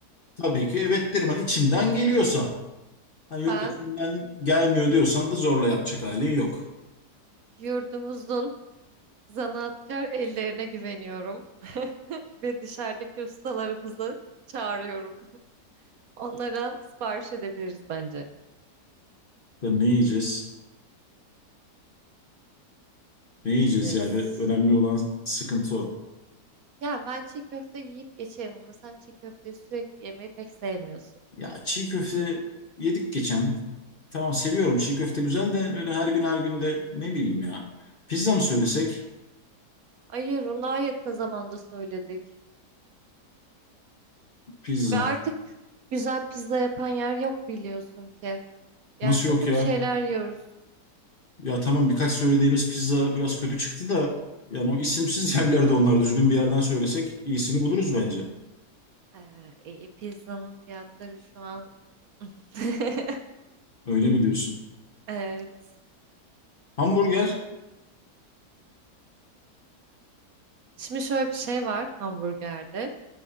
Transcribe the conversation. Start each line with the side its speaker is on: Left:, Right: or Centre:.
Left: tabii ki evet derim. Hani içinden geliyorsa. Hani yok
Right: Ben
Left: içimden gelmiyor diyorsan da zorla yapacak halin yok.
Right: Yurdumuzun zanaatkar ellerine güveniyorum <laughs> ve dışarıdaki ustalarımızı çağırıyorum. Onlardan sipariş edebiliriz bence.
Left: Ya ne yiyeceğiz?
Right: Ne
Left: Ne
Right: yiyeceğiz?
Left: yiyeceğiz yani önemli olan sıkıntı o.
Right: Ya ben çiğ köfte yiyip geçeyim ama sen çiğ köfteyi sürekli yemeyi pek sevmiyorsun.
Left: Ya çiğ köfte yedik geçen. Tamam seviyorum çiğ köfte güzel de öyle her gün her gün de ne bileyim ya. Pizza mı söylesek?
Right: Hayır, ona yakın zamanda söyledik.
Left: Pizza.
Right: Ve artık güzel pizza yapan yer yok biliyorsun ki. Yani
Left: Nasıl
Right: çok
Left: yok
Right: kötü
Left: ya?
Right: şeyler yiyoruz.
Left: Ya tamam birkaç söylediğimiz pizza biraz kötü çıktı da yani o isimsiz <laughs> yerlerde onlar düzgün bir yerden söylesek iyisini buluruz bence.
Right: Ee, iyi, pizzanın fiyatları şu an <laughs>
Left: Öyle mi diyorsun?
Right: Evet.
Left: Hamburger
Right: Şimdi şöyle bir şey var hamburgerde.